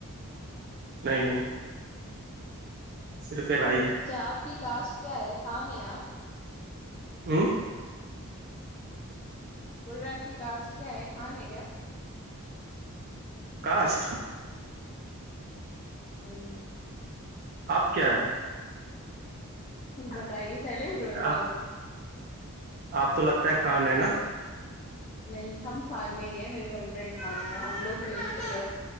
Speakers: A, on the right; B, on the left.
A: نہیں نہیں صرف ا <unintelligible> رہ ہی ہے
B: اچھا آپ کی کاسٹ کیا ہے خان ہے آپ
A: ہوں
B: بول رہے آپ کی کاسٹ کیا ہے خان ہے کیا
A: کاسٹ
B: <unintelligible> مل
A: آپ کیا ہیں
B: بتائیے پہلے <unintelligible>
A: ہے
B: بتاؤ
A: آپ آپ تو لگتا ہے خان ہے نا
B: نہیں ہم خان نہیں ہیں میرے ہسبینڈ خان ہیں ہم لوگ <unintelligible> متے ہیں